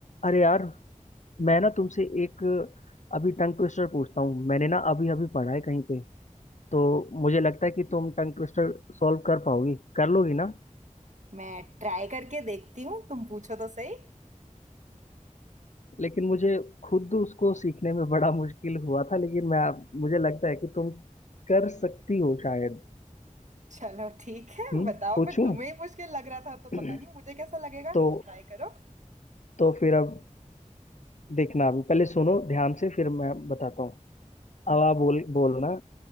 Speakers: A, on the left (about 65°); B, on the right (about 65°).
A: अरे यार मैं ना तुमसे एक अभी टंग ट्विस्टर पूछता हूँ मैंने ना अभी अभी पढ़ा है कहीं पे तो मुझे लगता है कि तुम टंग ट्विस्टर सॉल्व कर पाओगी कर लोगी ना
B: मैं ट्राई करके देखती हूँ तुम पूछो तो सही
A: लेकिन मुझे खुद उसको सीखने में बड़ा मुश्किल हुआ था लेकिन मैं मुझे लगता है कि तुम कर सकती हो शायद
B: चलो ठीक है
A: हम्म
B: बताओ
A: पूछूं
B: फिर तुम्हें ही मुश्किल लग रहा था तो
A: <clears throat>
B: पता नहीं मुझे कैसा लगेगा
A: तो
B: ट्राई करो
A: तो फिर अब देखना अभी पहले सुनो ध्यान से फिर मैं बताता हूँ
B: हम्म
A: अब आप बोल बोलना